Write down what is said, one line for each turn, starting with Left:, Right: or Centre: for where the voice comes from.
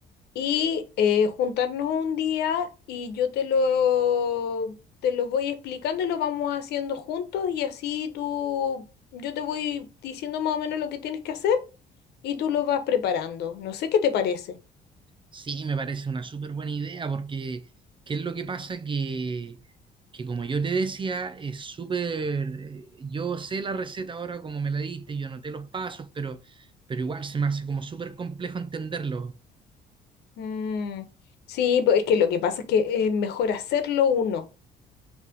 Left: y eh, juntarnos un día y yo te lo, te lo voy explicando y lo vamos haciendo juntos y así tú, yo te voy diciendo más o menos lo que tienes que hacer y tú lo vas preparando. No sé qué te parece.
Right: Sí, me parece una súper buena idea porque ¿qué es lo que pasa? Que, que como yo te decía, es súper... Yo sé la receta ahora como me la diste, yo anoté los pasos, pero, pero igual se me hace como súper complejo entenderlo.
Left: Mm, sí, pues es que lo que pasa es que es mejor hacerlo uno.